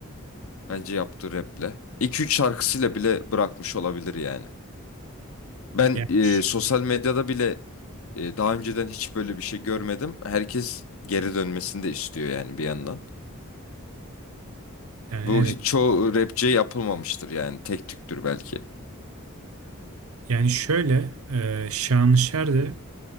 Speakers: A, on the left; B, on the right.
A: Bence yaptığı raple. iki üç şarkısıyla bile bırakmış olabilir yani. Ben
B: yani,
A: e,
B: ş-
A: sosyal medyada bile e, daha önceden hiç böyle bir şey görmedim. Herkes geri dönmesini de istiyor yani bir yandan.
B: yani
A: Bu
B: evet.
A: hiç- çoğu rapçiye yapılmamıştır yani. Tek tüktür belki.
B: Yani şöyle e, Şanışer de